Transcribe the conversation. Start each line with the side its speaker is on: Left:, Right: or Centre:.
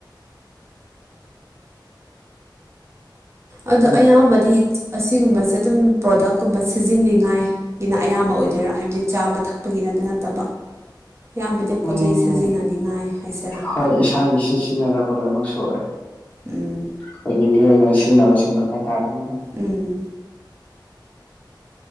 Right: ꯑꯗꯣ
Left: ꯑꯗꯨ
Right: ꯑꯌꯥꯝꯕꯗꯤ ꯑꯁꯤꯒꯨꯝꯕꯁꯦ ꯑꯗꯨꯝ ꯄ꯭ꯔꯣꯗꯛꯀꯨꯝꯕ ꯁꯤꯖꯤꯟꯅꯅꯤꯡꯉꯥꯏ ꯒꯤꯅ ꯑꯌꯥꯝꯕ ꯑꯣꯏꯗꯣꯏꯔꯥ ꯍꯥꯏꯕꯗꯤ ꯆꯥꯕ ꯊꯛꯄꯒꯤꯅꯠꯇ ꯅꯠꯇꯕ ꯑꯌꯥꯝꯕꯗꯤ
Left: ꯎꯝ
Right: ꯄꯣꯠ ꯆꯩꯩ ꯁꯤꯖꯤꯟꯅꯅꯤꯉꯥꯏ ꯍꯥꯏꯁꯤꯔꯥ <inaudible>
Left: ꯍꯣꯏ ꯏꯁꯥꯒꯤ ꯁꯤ ꯁꯤꯖꯤꯟꯅꯅꯕ ꯂꯣꯏꯅꯃꯛ ꯁꯨꯔꯦ
Right: ꯎꯝ
Left: ꯑꯩꯈꯣꯏꯒꯤ ꯃꯤꯑꯣꯏꯕꯅ ꯁꯤꯖꯤꯟꯅꯕꯁꯤꯡꯗꯣ ꯍꯥꯏꯇꯥꯔꯦ
Right: ꯎꯝ